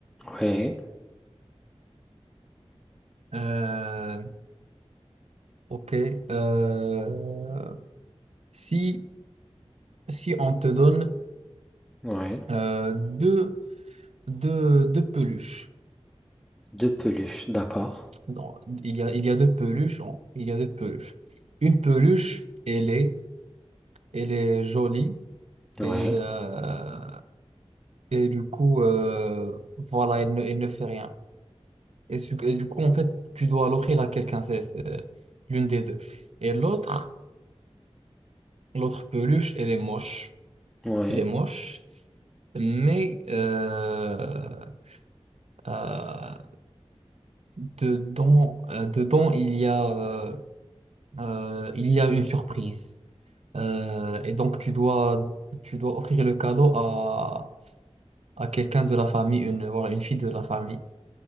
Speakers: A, in the centre; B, on the right (about 75°).
A: Oui,
B: Euh, ok. euh, si, si on te donne
A: oui.
B: euh, deux. deux, deux peluches.
A: Deux peluches, d'accord.
B: Non, il y a, il y a deux peluches. on- il y a deux peluches. Une peluche, elle est, elle est jolie
A: Oui,
B: et, euh, et du coup, euh, voilà, elle ne, elle ne fait rien. Et, su- et du coup, en fait, tu dois l'offrir à quelqu'un, c'est c'est l'une des deux. Et l'autre, l'autre peluche, elle est moche.
A: oui.
B: Elle est moche. Mais euh, euh, dedans, euh, dedans, il y a, euh, Euh, il y a une surprise. Euh, et donc, tu dois, tu dois offrir le cadeau à, à quelqu'un de la famille, une, voilà, une fille de la famille.